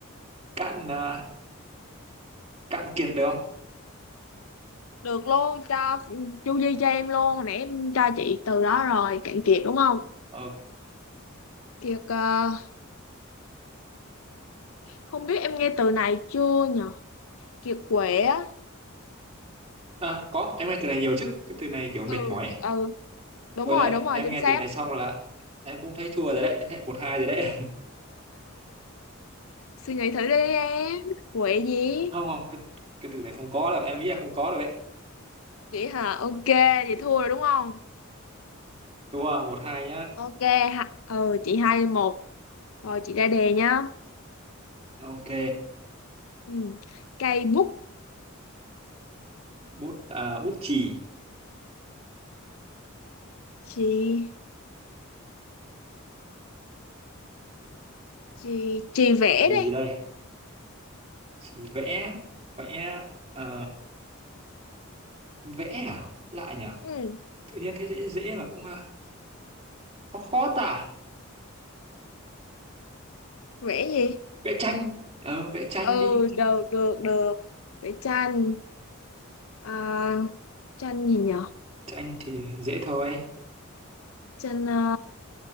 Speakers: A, on the right (about 30°); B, on the left (about 80°).
A: cạn à, cạn kiệt được không
B: được luôn cho chu di cho em luôn hồi nãy em cho chị từ đó rồi Cạn Kiệt đúng không?
A: ok
B: Kiệt ờ, không biết em nghe từ này chưa nhỉ? kiệt quệ á
A: à, có em nghe từ này nhiều chứ cái từ này kiểu mệt
B: ừ
A: mỏi ấy.
B: ừ đúng
A: thôi
B: rồi
A: đấy
B: đúng rồi
A: em
B: chính
A: nghe
B: xác
A: từ này xong là em cũng thấy thua rồi đấy Em thấy một hai rồi đấy
B: suy nghĩ thử đi em quệ gì
A: <laughs> không không cái cái từ này không có đâu em nghĩ là không có đâu đấy
B: chị hả ok vậy thua rồi đúng không
A: thua một hai nhá
B: ok ha. ừ chị hai một rồi chị ra đề nhá
A: ok
B: ừ. cây bút
A: bút à, bút chì
B: chị chị chị vẽ
A: chì
B: đây
A: gì đây chì vẽ vẽ ờ, vẽ à lại nhỉ
B: ừ.
A: tự nhiên thấy dễ dễ mà cũng à, khó khó tả
B: vẽ gì
A: vẽ tranh ờ vẽ tranh
B: ừ
A: đi
B: được được được vẽ tranh à, tranh gì nhở
A: tranh thì dễ thôi
B: tranh à,